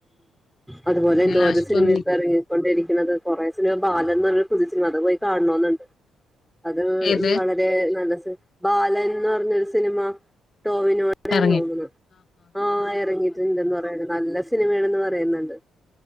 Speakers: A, in the centre; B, on the left.
A: അതുപോലെ
B: പിന്നെ
A: എന്തോര്
B: ലാസ്റ്റ്
A: സിനിമ
B: ഒന്ന്
A: ഇപ്പോ ഇറങ്ങിക്കൊണ്ടിരിക്കുന്നത് കുറേ സിനിമ ബാ <unintelligible> കാണണുന്ന്ണ്ട് അത്
B: ഏത്
A: വളരെ നല്ല ബാലൻ ന്ന് പറഞ്ഞ ഒരു സിനിമ. ടോവിനോടെ
B: എറങ്ങി
A: എന്ന് നോന്നുണു. ആഹ് എറങ്ങിട്ടുണ്ടെന്ന് പറയണ് നല്ല സി സിനിമയാണെന്ന് പറയുന്നുണ്ട്.